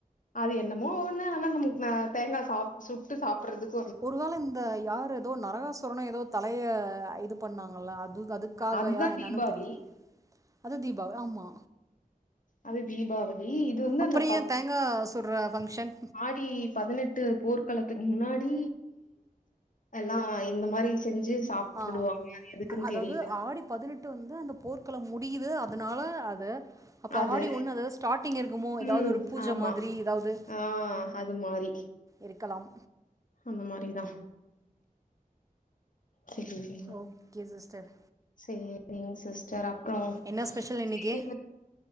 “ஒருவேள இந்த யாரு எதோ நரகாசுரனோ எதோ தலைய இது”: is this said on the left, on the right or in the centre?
Right